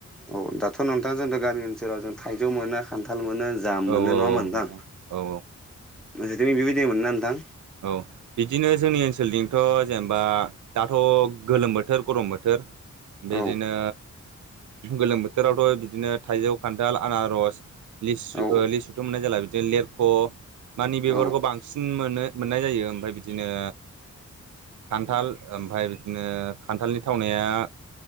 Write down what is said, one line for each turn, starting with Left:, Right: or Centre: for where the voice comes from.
Centre: औ दाथ' नोंथां जों गामि ओनसोलाव जों थाइजौ मोनो खान्थाल मोनो जा
Right: औ
Centre: मोनो
Right: औ
Centre: नङा होमबा नोंथां
Right: औ
Centre: नोंसोरनिथिं बेबायदिनो मोनो ना नोंथां
Right: औ बिदिनो जोंनि ओनसोलनिथ' जेनेबा दाथ' गोलोम बोथोर गरम बोथोर बिदिनो
Centre: औ
Right: गोलोम बोथोरावथ' बिदिनो थाइजौ खान्थाल आनारस लिु-लिसुथ'
Centre: औ
Right: मोननाय जला बिदिनो लेरख' मानिे बेफोरखौ
Centre: औ
Right: बांसिन मोनो मोननाय जायो ओमफ्राय बिदिनो खान्थाल ओमफाय बिदिनो खान्थालनि थावनाया